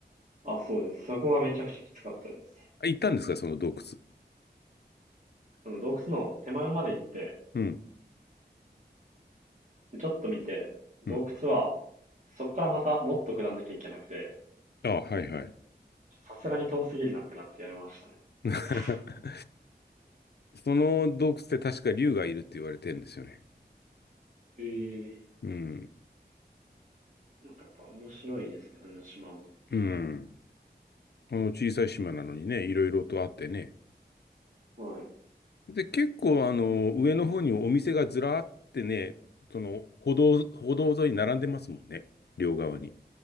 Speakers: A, on the right; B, on the left.
A: あ、そうです。そこがめちゃくちゃきつかったです。
B: あ、行ったんですか、その洞窟。
A: あの、洞窟の手前まで行って、
B: うん。
A: でちょっと見て、洞窟は、
B: うん。
A: そこからまたもっと下んなきゃいけなくて、
B: あ、はいはい。
A: さすがに遠すぎるなってなってやめましたね。
B: <laughs>
A: 確か
B: その洞窟って確か竜がいるって言われてるんですよね。
A: ええ
B: うん。
A: なんかやっぱ面白いですね、江ノ島も。
B: うん。この小さい島なのにね、いろいろとあってね。
A: はい。
B: で、結構あの、上の方にお店がずらーってね、その歩道、歩道沿いに並んでますもんね。両側に。